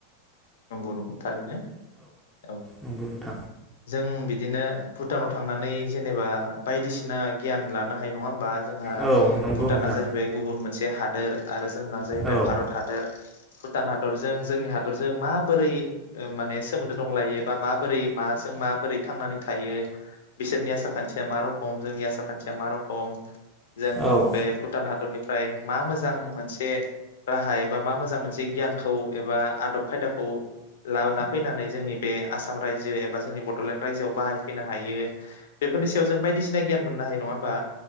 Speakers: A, on the left; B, in the centre.
A: नंगौ नंगौ थारैनो औ
B: नंगौ नोंथां।
A: जों बिदिनो भुटानाव थांनानै जेनेबा बायदिसिना गियान लानो हायो नङा होमबा? जोंहा
B: औ नंगौ
A: भुटाना
B: नोंथां
A: जाहैबाय गुबुन मोनसे हादोर आरो जोंना जाहैबाय
B: औ
A: भारत हादोर भुटान हादरजों जों हादर जों माबोरै माने सोमोन्दो दंलायो। बा माबोरै माजों मा। बोरै थांनानै थायो। बिसोरनि आसार खान्थिया मा रोखम जोंनि आ सार खान्थिया मा रखम। जों
B: औ
A: बे भुटान हादरनिफ्राय मा मोजां। मोनसे राहा एबा मा मोजां मोनसे गियानखौ एबा आदब खायदाखौ लबोना फैनानै जोंनि बे आसाम रायजो एबा जोंनि बडलेण्ड रायजोआव बाहायफैनो हायो। बेफोरनि सायाव जों बायदिसिना। गियान मोनो हायो नङा होमबा?